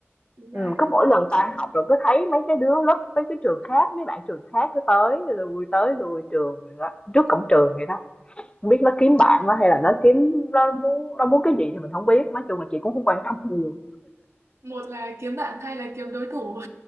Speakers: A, on the right; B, on the left.
A: Gà
B: ừ, cứ mỗi lần
A: nói
B: tan
A: chung
B: học rồi cứ thấy mấy cái đứa lớp mấy cái trường khác mấy bạn trường khác cứ tới lui tới lui trường rồi đó, trước cổng trường vậy đó không biết nó kiếm bạn nó hay là nó kiếm nó muốn nó muốn cái gì thì mình không biết nói chung là chị cũng không quan tâm nhiều
A: một là kiếm bạn hai là kiếm đối thủ